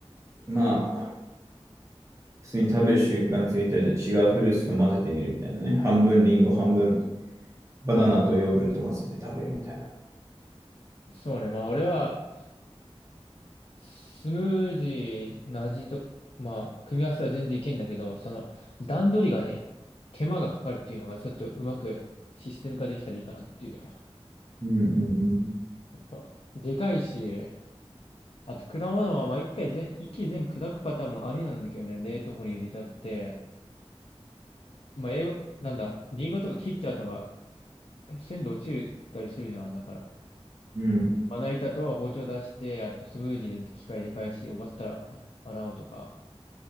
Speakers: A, on the right (about 30°); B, on the left (about 60°).
A: まあ、普通に食べる習慣ついたら、じゃあ違うフルーツと混ぜてみるみたいなね。半分リンゴ、半分バナナとヨーグルト混ぜて食べるみたいな。
B: そうね、まあ俺は、スムージーの味と、まあ、組み合わせは全然いけんだけど、その、段取りがね、手間がかかるっていうのがちょっとうまくシステム化できたらいいかなっていう。や
A: うんうん
B: っぱ、でかいし、あと、果物は、まあ、一回ぜ、一気に全部砕くパターンもありなんだけどね、冷凍庫に入れちゃって、まあ、英語、なんだ、リンゴとか切っちゃうとか、鮮度落ちたりするじゃん。だから、
A: うん。うん
B: まな板と包丁出して、あとスムージーで機械で返して、終わったらあ洗うとか。